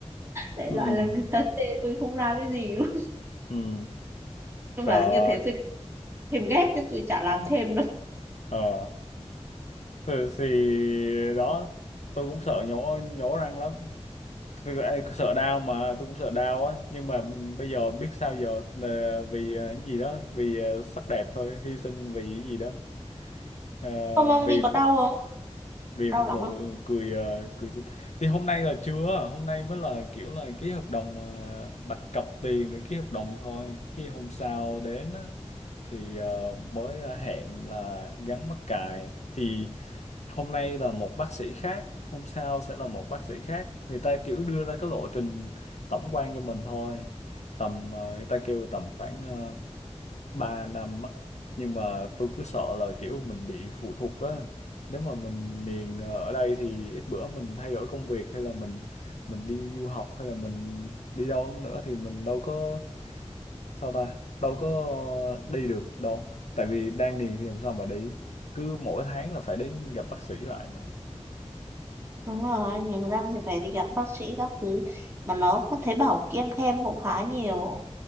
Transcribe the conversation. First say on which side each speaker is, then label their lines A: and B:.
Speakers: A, on the right; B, on the left.
A: đại
B: ừ
A: loại là
B: ừ
A: người ta chê tôi không ra cái gì luôn
B: Ừ.
A: nhưng
B: trời
A: mà như thế tôi thêm ghét chứ tôi chả làm thêm đâu
B: ờ Ừ, thì đó tôi cũng sợ nhổ nhổ răng lắm Thực ê, sợ đau mà tôi cũng sợ đau á nhưng mà bây giờ biết sao giờ Là vì ờ, cái gì đó vì ờ, sắc đẹp thôi hy sinh vì cái gì đó Ờ,
A: Không ông
B: vì
A: đi có đau không?
B: vì
A: Đau
B: một
A: lắm
B: nụ
A: không?
B: cười ờ, cười xinh thì hôm nay là chưa hôm nay mới là kiểu là ký hợp đồng ờ, đặt cọc tiền để ký hợp đồng thôi cái hôm sau đến á, thì ờ, mới ờ, hẹn là gắn mắc cài thì hôm nay là một bác sĩ khác hôm sau sẽ là một bác sĩ khác người ta kiểu đưa ra cái lộ trình tổng quan cho mình thôi tầm ờ, người ta kêu tầm khoảng ờ, 3 năm á nhưng mà tôi cứ sợ là kiểu mình bị phụ thuộc á nếu mà mình niềng ờ, ở đây thì ít bữa mình thay đổi công việc hay là mình mình đi du học hay là mình đi đâu nữa thì mình đâu có sao ta đâu có đi được đâu tại vì đang niềng thì làm sao mà đi cứ mỗi tháng là phải đến gặp bác sĩ lại mà
A: Đúng rồi, niềng răng thì phải đi gặp bác sĩ các thứ. Mà nó có thấy bảo kiêng khem cũng khá nhiều.